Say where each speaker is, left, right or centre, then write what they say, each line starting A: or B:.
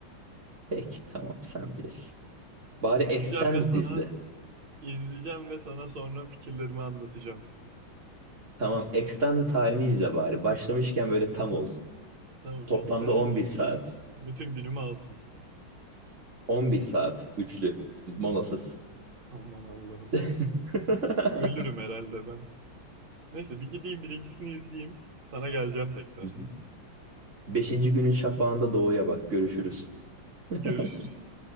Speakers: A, on the right; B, on the right.
A: Peki tamam sen bilirsin. Bari
B: izleyeceğim
A: Extended
B: ve sana
A: izle.
B: İzleyeceğim ve sana sonra fikirlerimi anlatacağım.
A: Tamam Extended halini izle bari. Başlamışken böyle tam olsun.
B: Tamam,
A: Toplamda
B: Extended
A: 11
B: izleyeyim.
A: saat.
B: Bütün günümü alsın.
A: 11 saat üçlü molasız.
B: Aman Allah'ım.
A: <laughs> Hı
B: Ölürüm herhalde ben. Neyse bir gideyim birincisini izleyeyim. Sana geleceğim tekrar.
A: hı. Beşinci günün şafağında doğuya bak. Görüşürüz. <laughs>
B: <laughs> Görüşürüz.